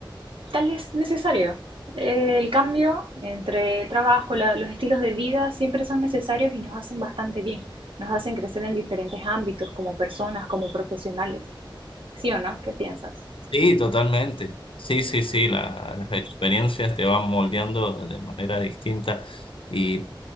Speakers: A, on the right (about 80°); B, on the left (about 80°).
A: tal vez necesario. El cambio entre el trabajo, la- los estilos de vida siempre son necesarios y nos hacen bastante bien. Nos hacen crecer en diferentes ámbitos, como personas, como profesionales. ¿Sí o no? ¿Qué piensas?
B: Sí, totalmente. Sí, sí, sí, la- las experiencias te van moldeando de manera distinta. Y